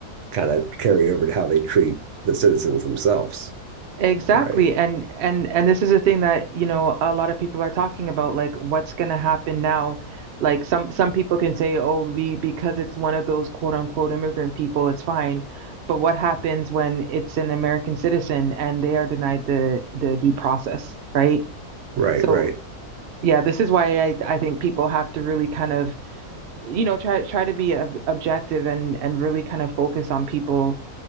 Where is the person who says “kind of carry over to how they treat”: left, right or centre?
Right